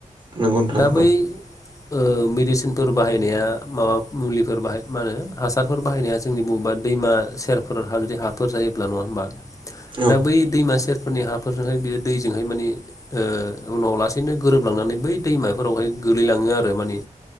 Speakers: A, on the right; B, on the left.
A: नंगौ नोंथां
B: दा
A: नंगौ
B: बै ओ मेडिसिनफोर बाहायनाया माबा मुलिफोर बाहाय मा होनो हासारफोर बाहायनाया जोंनि बबेबा दैमा सेरफोर जुदि हाफोर जायोब्ला नङा होमबा
A: औ
B: दा बै दैमा सेर फोरनि हाफोरजोंहाय बेयो दैजोंहाय मानि ओ उनाव लासैनो गोरोबलांनानै बै दैमाफोरावहाय गोलैलाङो आरो माने